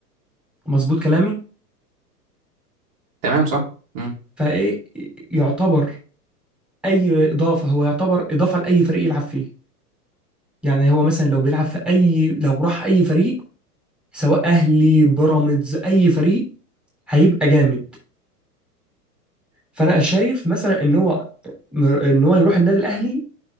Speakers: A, in the centre; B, on the right (about 50°).
A: مظبوط كلامي
B: تمام صح مم.
A: فايه يعتبر اي اضافه هو يعتبر اضافه لاي فريق يلعب فيه يعني هو مثلا لو بيلعب في اي لو راح اي فريق سواء اهلي بيراميدز اي فريق هيبقى جامد فانا شايف مثلا ان هو ان هو يروح النادي الاهلي